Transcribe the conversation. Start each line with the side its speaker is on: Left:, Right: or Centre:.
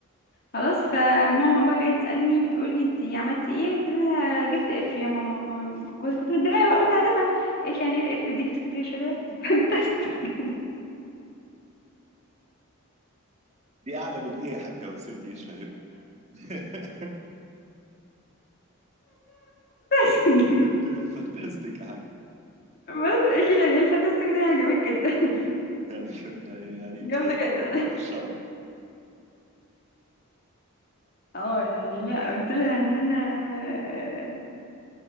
Left: خلاص فماما بقى جايه تسالني بتقول لي انت عملتي ايه قلت لها جبت اف يا ماما ماما- كنت كنت متضايقه بقى قلت هتفهم ايش يعني ايه الاف دي فسكت كده شويه <laughs>
Right: دي اعلى من ايه يا حاجه بس انت مش فاهمه <laughs>
Left: تستك
Right: جبت فانتاستيك يا حاج
Left: بس قالت لي يعني ايه الفانتاستيك ده يعني عجبك جدا <laughs>
Right: يعني يعني يعني امتياز
Left: جامده جدا
Right: مع مرتبة الشرف
Left: اه يعني لا قلت لها ان انا آه،